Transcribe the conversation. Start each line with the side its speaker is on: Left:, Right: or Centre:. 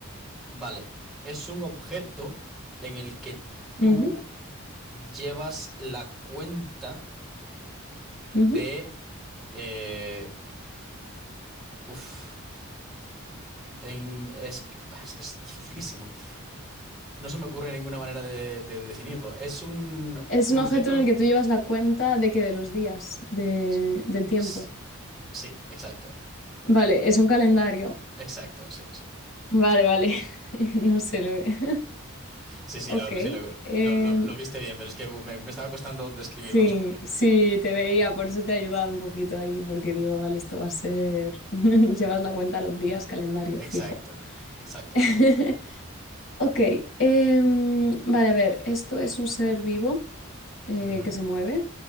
Centre: vale, es un objeto en el que
Left: Ujú,
Centre: tú llevas la cuenta de...
Left: ujú.
Centre: eh, uf. en- es, es que es dificilísimo. No se me ocurre ninguna manera de, de definirlo. Es un,
Left: Es
Centre: un
Left: un
Centre: objeto.
Left: objeto en el que tú llevas la cuenta de que de los días, de,
Centre: s-
Left: del tiempo.
Centre: s- Sí, exacto.
Left: Vale, es un calendario.
Centre: Exacto, sí, sí.
Left: Vale, vale. <laughs> No sé lo he-
Centre: Sí, sí,
Left: Ok,
Centre: lo, sí, lo,
Left: em,
Centre: lo- lo- lo viste bien, pero es que uh, me, me estaba costando describirlo,
Left: sí,
Centre: no sé por qué.
Left: sí, te veía, por eso te he ayudado un poquito ahí, porque digo, vale, esto va a ser, <laughs> llevas la cuenta a los días, calendario
Centre: Exacto,
Left: fijo.
Centre: exacto,
Left: <laughs>
Centre: exacto.
Left: Ok, em, vale, a ver, esto es un ser vivo eh,
Centre: Ujú,
Left: que se mueve.